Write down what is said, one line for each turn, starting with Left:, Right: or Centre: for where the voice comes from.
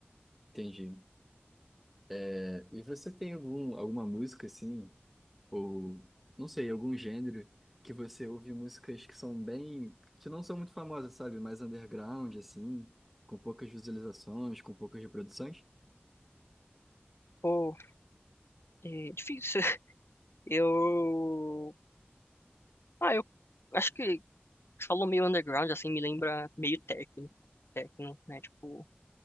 Centre: entendi. É, e você tem algum, alguma música assim, ou não sei, algum gênero que você ouve músicas que são bem, que não são muito famosas, sabe? Mais underground, assim, com poucas visualizações, com poucas reproduções?
Left: Pô, é difícil. <laughs> Eu. Ah, eu acho que você falou meio underground, assim, me lembra meio técnico, técnico, né? Tipo,